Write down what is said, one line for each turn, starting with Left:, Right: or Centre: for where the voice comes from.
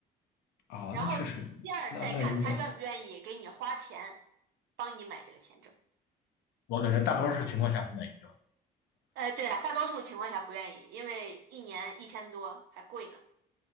Left: 啊，
Right: 然后第二再看他愿不愿意给你花钱帮你买这个签证。
Left: 那确实，那那应该，我感觉大多数情况下不愿意，对吧？
Right: 呃，对了，大多数情况下不愿意，因为一年一千多还贵呢。